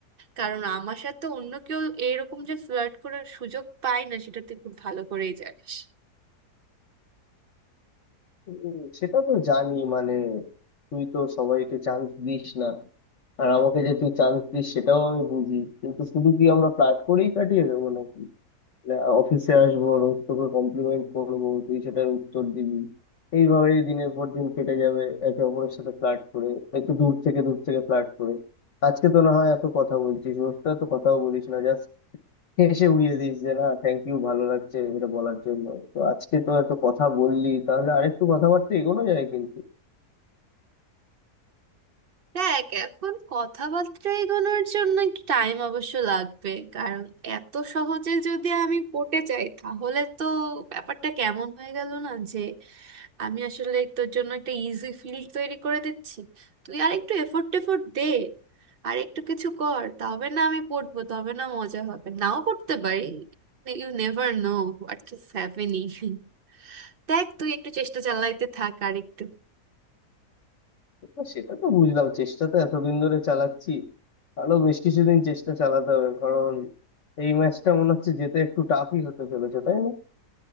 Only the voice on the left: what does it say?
উম, সেটা তো জানি মানে তুই তো সবাইকে চান্স দিস না আর আমাকে যে তুই চান্স দিস সেটাও আমি বুঝি কিন্তু শুধু কি আমরা ফ্লার্ট করেই কাটিয়ে দেবো নাকি মানে অফিসে আসবো রোজ তোকে কমপ্লিমেন্ট করবো তুই সেটার উত্তর দিবি এইভাবেই দিনের পর দিন কেটে যাবে একে অপরের সাথে ফ্লার্ট করে একটু দূর থেকে দূর থেকে ফ্লার্ট করে আজকে তো না হয় এত কথা বলছিস রোজটা তো কথাও বলিস না জাস্ট হেসে উড়িয়ে দিস যে না থ্যাংক ইউ ভালো লাগছে এটা বলার জন্য তো আজকে তো এত কথা বললি তাহলে আরেকটু কথাবার্তা এগোনো যায় কিন্তু
তো সেটা তো বুঝলাম চেষ্টা তো এতদিন ধরে চালাচ্ছি আরো বেশ কিছুদিন চেষ্টা চালাতে হবে কারণ এই ম্যাচটা মনে হচ্ছে যেতে একটু টাফই হতে চলেছে তাই না